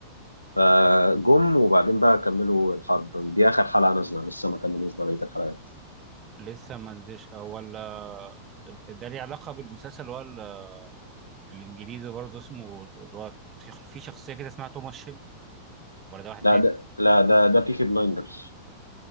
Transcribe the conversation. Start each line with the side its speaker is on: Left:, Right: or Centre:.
Left: فجم وبعدين بقى كملوا الحرب دي اخر حلقه نازله لسه ما كملوش بقيه الحلقات
Right: لسه ما نزلش آه، ولا آه، ده ليه علاقة بالمسلسل ولا الإنجليزي برضه اسمه الواد في في شخصية كده اسمها توماس شيلبي ولا ده واحد
Left: لا
Right: تاني؟
Left: ده لا ده ده بيكي بلايندرز